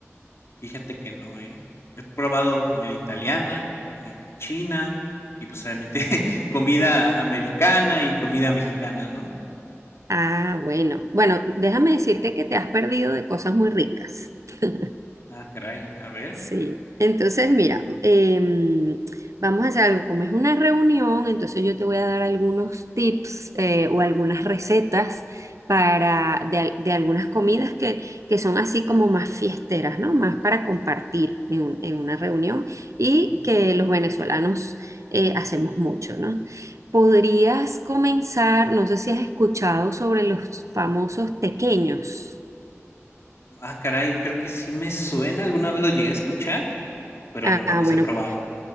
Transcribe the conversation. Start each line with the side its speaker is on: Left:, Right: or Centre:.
Left: Fíjate que no, ¿eh? He probado comida italiana, comida china y pues obviamente <laughs> comida americana y comida mexicana, ¿no?
Right: Ah, bueno. Bueno, déjame decirte que te has perdido de cosas muy ricas. <laughs>
Left: Ah, caray, a ver.
Right: Sí, entonces mira, em, vamos a hacer algo, como es una reunión, entonces yo te voy a dar algunos tips eh, o algunas recetas para, de, al- de algunas comidas que, que son así como más fiesteras, ¿no? Más para compartir en, un- en una reunión y
Left: ujú.
Right: que los venezolanos eh, hacemos mucho, ¿no? Podrías comenzar, no sé si has escuchado sobre los famosos tequeños.
Left: Ah, caray, creo que sí me suena, alguna vez lo llegué a escuchar, pero
Right: Ah,
Left: nunca los
Right: bueno,
Left: he probado.